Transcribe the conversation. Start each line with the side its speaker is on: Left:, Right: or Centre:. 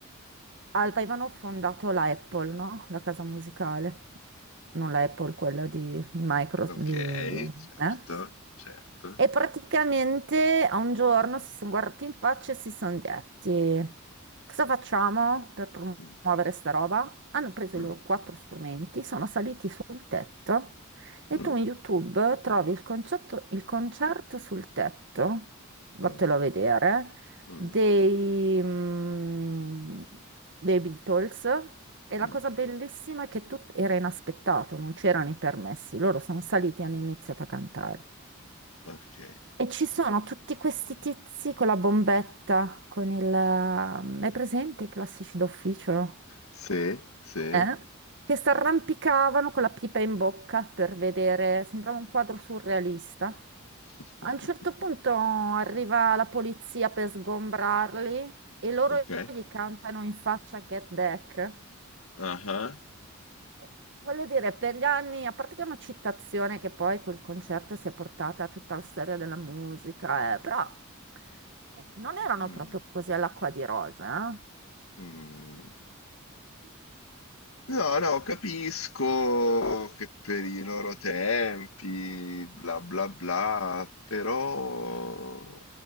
Right: avevano fondato la Apple, no? La casa musicale, non la Apple, quella di, di Microsoft,
Left: ok,
Right: di,
Left: certo,
Right: eh?
Left: certo.
Right: E praticamente a un giorno si sono guardati in faccia e si sono detti: Cosa facciamo per promuovere
Left: Mm,
Right: sta roba? Hanno preso
Left: mm,
Right: i loro quattro strumenti, sono saliti sul tetto e
Left: mm.
Right: tu in YouTube trovi il concetto- il concerto sul tetto, vattelo
Left: Mm,
Right: a vedere,
Left: mm,
Right: dei, mm, dei Beatles. E la
Left: mm.
Right: cosa bellissima è che tutto era inaspettato, non c'erano i permessi, loro sono saliti e hanno iniziato a cantare.
Left: Ok.
Right: E ci sono tutti questi tizi con la bombetta, con il... Hai presente i classici d'ufficio?
Left: Sì, sì.
Right: Eh? Che si arrampicavano con la pipa in bocca per vedere, sembrava un quadro surrealista.
Left: <laughs>
Right: A un certo punto arriva la polizia per sgombrarli e loro
Left: Ok.
Right: gli cantano in faccia Get Back.
Left: Ah ah.
Right: Eh, Voglio dire, per gli anni, a parte che è una citazione che poi quel concerto si è portata a tutta la storia della musica, eh, però eh, non erano
Left: Mm,
Right: proprio così all'acqua di rosa.
Left: mm.
Right: eh.
Left: No, no, capisco che per i loro tempi, bla bla bla, però